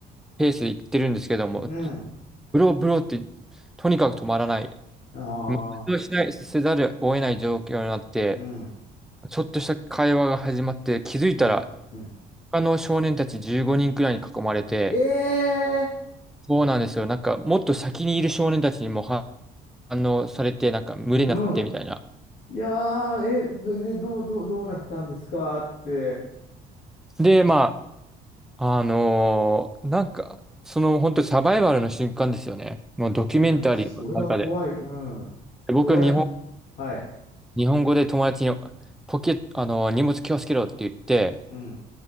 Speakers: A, in the centre; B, on the left (about 60°).
A: ペースで行ってるんですけども、
B: うん。
A: ずブローブローってとにかく止まらない。
B: あ
A: もう活動しない、
B: あ。
A: せざるを得ない状況になって、
B: うん。
A: ちょっとした会話が始まって、気づいたら、
B: うん。うん。
A: 他の少年たち15人くらいに囲まれて、
B: ええ
A: そうなんですよ。なんか、もっと先にいる少年たちにも反応されて、なんか、群れになってみたいな。
B: うん。いやー、え、で、でどう、どう、どうなったんですかって。
A: で、まあ、あのーなんか、その本当サバイバルの瞬間ですよね。もうドキュメンタリーの中で。
B: いや、それは怖い。うん。
A: で僕は日本、
B: どうやっ、はい。
A: 日本語で友達にポケ、あのー荷物気をつけろって言って、
B: うん。